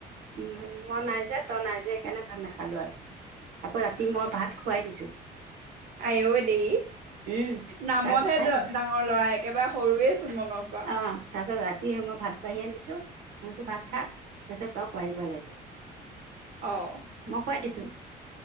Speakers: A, on the right; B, on the right.
A: উম। মন নাই যে। তই নাই যে, সেইকাৰণে ভাত নেখালোঁ আৰু আকৌ ৰাতি মই ভাত খোৱাই দিছোঁ।
B: আইয়ৈ দেহি,
A: উম
B: নামতহে
A: তাৰ কথাই
B: ডাঙৰ ল'ৰা। একেবাৰে সৰুৱেই চোন মনৰ পৰা।
A: অ', তাৰ পিছত ৰাতি মই ভাত বাঢ়ি আনি দিছোঁ মই কৈছোঁ, ভাত খা। কৈছে, তই খোৱাই দিব লাগিব। মই
B: অ',
A: খোৱাই দিছোঁ।